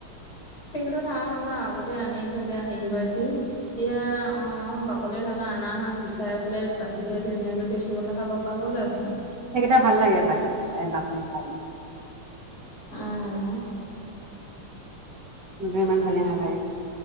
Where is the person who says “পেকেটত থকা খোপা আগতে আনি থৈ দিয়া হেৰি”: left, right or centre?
Left